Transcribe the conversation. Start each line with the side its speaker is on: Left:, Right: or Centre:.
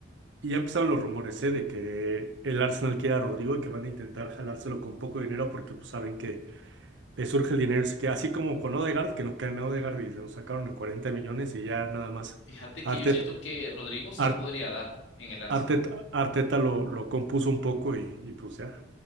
Right: y ya empezaron los rumores, ¿eh? De que el Arsenal quiere a Rodrigo y que van a intentar jalárselo con poco dinero porque pues, saben que le surge el dinero. Así que así como con Odegaard, que nos quedan a Odegaard y se lo sacaron en 40 millones y ya nada más
Left: Fíjate
Right: Arteta,
Left: que yo siento que Rodrigo sí
Right: Ar-
Left: podría dar en el Arsenal.
Right: Arteta, Arteta lo, lo compuso un poco y, y pues ya.